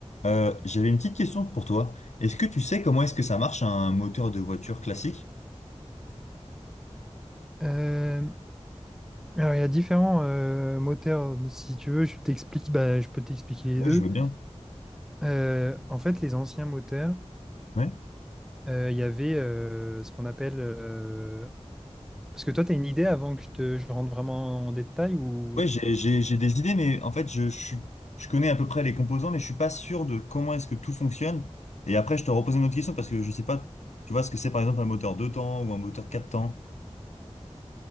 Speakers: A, on the left; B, in the centre.
A: Euh, j'avais une petite question pour toi. Est-ce que tu sais comment est-ce que ça marche un moteur de voiture classique?
B: Euh, alors, il y a différents euh, moteurs. Si tu veux, je t'explique, bah, je peux t'expliquer les
A: Ouais,
B: deux.
A: je veux bien.
B: Euh, en fait, les anciens moteurs,
A: Ouais.
B: euh, il y avait euh, ce qu'on appelle... euh, Parce que toi, tu as une idée avant que je te, je rentre vraiment en détail ou...
A: Ouais, j'ai, j'ai, j'ai des idées, mais en fait, je, je, suis- je connais à peu près les composants, mais je suis pas sûr de comment est-ce que tout fonctionne. Et après, je te repose une autre question parce que je sais pas, tu vois ce que c'est par exemple un moteur deux temps ou un moteur quatre temps.